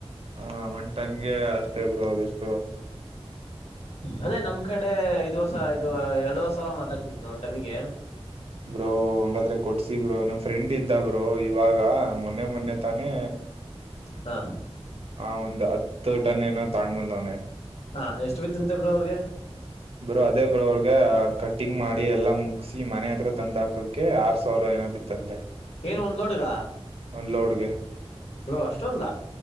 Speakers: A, on the right (about 65°); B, on the left (about 80°).
A: ಹ ಒಂಟನ್ಗೆ ಅಷ್ಟೇ ಬರುವದುಷ್ಟ
B: ಅದೇ ನಮ್ ಕಡೆ ಐದು ವರ್ಷ ಇದು ಎರಡು ವರ್ಷ ಸರ ಮಾತಾಡ್ತಿದ್ರುಟ್ಟನಿಗೆ
A: ಬ್ರೌ ಹಂಗಾದ್ರೆ ಕೊಡಿ ಸಬ್ರು ನಮ್ಮ್ ಫ್ರೆಂಡ್ ಇದ್ದಬ್ರು ಇವಾಗ ಮೊನ್ನೆ ಮೊನ್ನೆ ತಾನೇ
B: ಹಾ
A: ಹ ಒಂದ್ ಹತ್ತು ಟನ್ ಏನೋ ತಗೊಂಡ್ ಬಂದವನೆ
B: ಹಾ ಎಷ್ಟು ಬತ್ತಂತೆ ಬ್ರೋ ಅವ್ರಿಗೆ
A: ಬ್ರೋ ಅದೇ ಬ್ರೋ ಅವ್ರಗ ಕಟ್ಟಿಂಗ್ ಮಾಡಿ ಎಲ್ಲಾ ಮುಗಿಸಿ ಮನೆ ಹತ್ರ ತಂದ್ ಹಾಕಕ್ಕೆ ಆರ್ ಸಾವಿರ ಏನೋ ಬಿತ್ತ ತ ಹ
B: ಏನ್ ಒಂದ್ ಲೋಡ್ಗ
A: ಒಂದು ಲೋಡಿಗೆ
B: ಬೋ ಅಷ್ಟೊಂದ